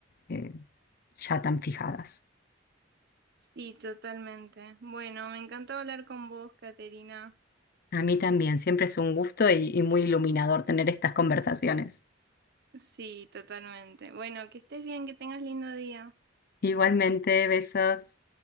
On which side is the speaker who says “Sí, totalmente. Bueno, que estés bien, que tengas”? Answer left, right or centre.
Right